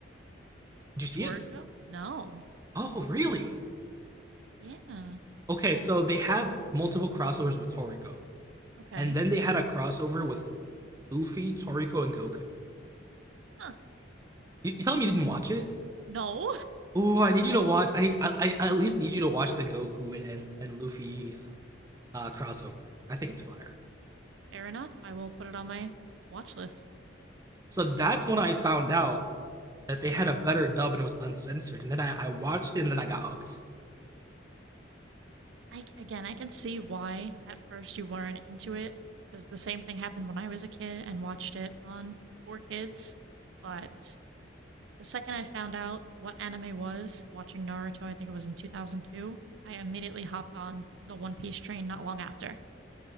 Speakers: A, on the right (about 20°); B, on the right (about 70°).
A: Did
B: The
A: you see
B: Toriko?
A: it?
B: No.
A: Oh, really?
B: Yeah.
A: Okay, so they had multiple crossovers with Toriko,
B: Okay.
A: and then they had a crossover with Luffy, Toriko, and Goku.
B: Huh.
A: You, you tell me you didn't watch it?
B: No.
A: Ooh, I need you to watch. I I, I at least need you to watch the Goku and and, and Luffy uh, crossover. I think it's fire.
B: <laughs> Fair enough. I will put it on my watch list.
A: So that's when I found out that they had a better dub and it was uncensored. And then I, I watched it and then I got hooked.
B: I again, I can see why at first you weren't into it because the same thing happened when I was a kid and watched it on Four Kids. But the second I found out what anime was, watching Naruto, I think it was in 2002, I immediately hopped on the One Piece train not long after.